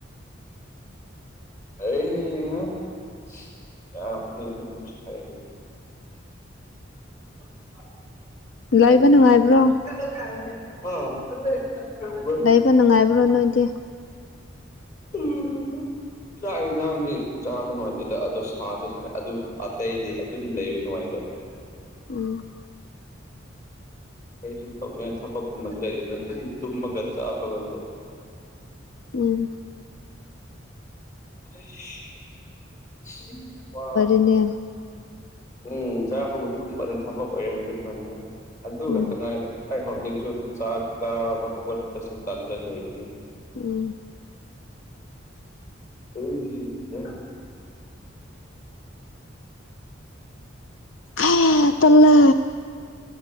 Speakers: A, on the left (about 45°); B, on the left (about 80°).
A: ꯑꯩ ꯑꯗꯨꯁꯨꯥꯏꯔ <inaudible> <unintelligible>
B: ꯂꯩꯕ ꯅꯨꯡꯉꯥꯏꯕ꯭ꯔꯣ
A: <inaudible>
B: ꯂꯩꯕ ꯅꯨꯡꯉꯥꯏꯕ꯭ꯔꯣ ꯅꯣꯏꯗꯤ
A: ꯎꯝ꯫ ꯆꯥꯛ ꯏꯟꯖꯥꯡꯗꯤ ꯆꯥꯕ ꯅꯨꯡꯉꯥꯏꯇꯦꯗ ꯑꯗꯣ ꯁꯥꯁꯨ ꯁꯥꯏ ꯑꯗꯨ ꯑꯇꯩꯗꯤ ꯑꯗꯨꯝ ꯂꯩꯕ ꯅꯨꯡꯉꯥꯏꯗ꯫
B: ꯎꯝ꯫
A: ꯀꯩꯁꯨꯨꯝ ꯇꯧꯅꯤꯉꯥꯢ ꯊꯕꯛꯀꯨꯝꯕꯁꯤ ꯂꯩꯇꯕ ꯇꯨꯝꯃꯒ ꯆꯥꯕꯒ
B: ꯎꯝ
A: <inaudible>
B: ꯑꯩꯅꯦ꯫
A: ꯎꯝ ꯆꯥꯕꯒ ꯇꯨꯝꯕꯅ ꯊꯕꯛ ꯑꯣꯏꯔꯦ ꯍꯧꯖꯤꯛ ꯀꯥꯟꯗꯣ ꯑꯗꯨ ꯈꯛꯇ
B: ꯎꯝ
A: ꯉꯥꯏꯔꯦ꯫ ꯑꯩ ꯍꯧꯖꯤꯛꯁꯨ ꯆꯥꯥꯛ ꯆꯥꯕ ꯍꯧꯒꯠꯄꯥꯁꯨ ꯇꯥꯟꯂ ꯂꯩꯕꯅꯦ
B: ꯎꯝ
A: <inaudible>
B: ꯑꯦ ꯇꯜꯂꯦ